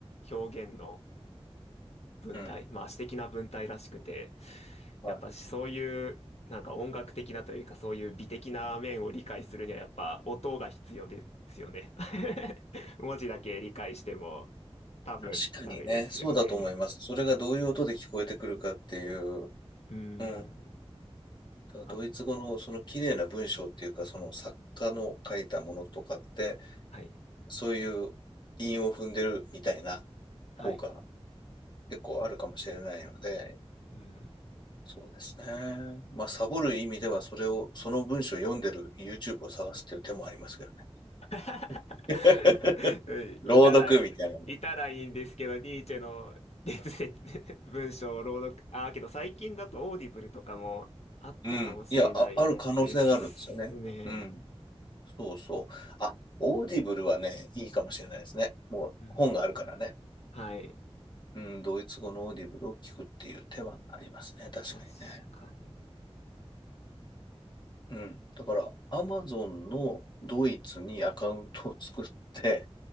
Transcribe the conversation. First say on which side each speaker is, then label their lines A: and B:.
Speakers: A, on the left; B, on the left.
A: 表現の文体、
B: うん。
A: まあ詩的な文体らしくて、
B: はい。
A: やっぱそういうなんか音楽的なというかそういう美的な面を理解するにはやっぱ音が必要ですよね。
B: あ、
A: <laughs> 文字だけ理解しても多分ダメですよね。
B: 確かにね、そうだと思います。それがどういう音で聞こえてくるかっていう、
A: うー
B: うん。
A: ん。
B: ただドイツ語のその綺麗な文章っていうか、
A: あ、
B: その作家の書いたものとかって、
A: はい。
B: そういう韻を踏んでるみたいな効果が
A: はい。
B: 結構あるかもしれないので、
A: うん。
B: そうですね。まあ、サボる意味では、それを、その文章を読んでる YouTube を探すっていう手もありますけどね。
A: <laughs>
B: <laughs>
A: うんいたら、
B: 朗読みたいなね。
A: いたらいいんですけど、ニーチェの哲説、文章を朗読、ああ、けど最近だとオーディブルとかもあったかもしれないですね。
B: うん。いや、あ、ある可能性があるんですよね。うん。そうそう。あ、オーディブルはね、いいかもしれないですね。もう本があるからね。
A: うん。はい。
B: うん、ドイツ語のオーディブルを聞くっていう手はありますね。確かにね。
A: 確かに。
B: うん。だから、アマゾンのドイツにアカウントを作って、